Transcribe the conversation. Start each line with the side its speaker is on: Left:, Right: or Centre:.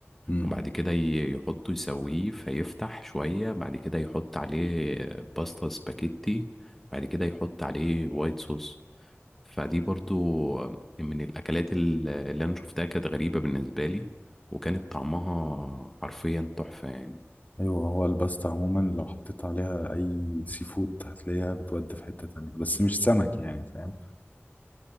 Left: امم
Centre: وبعد كده ي- يحطه يسويه فيفتح شوية بعد كده يحط عليه باستا سباكيتي بعد كده يحط عليه وايت صوص فدي برضو من الأكلات ال- اللي أنا شفتها كانت غريبة بالنسبة لي وكانت طعمها حرفيا تحفة يعني
Left: ايوه هو الباستا عموما لو حطيت عليها اي سي فود هتلاقيها بتودي في حته تانية بس مش سمك يعني فاهم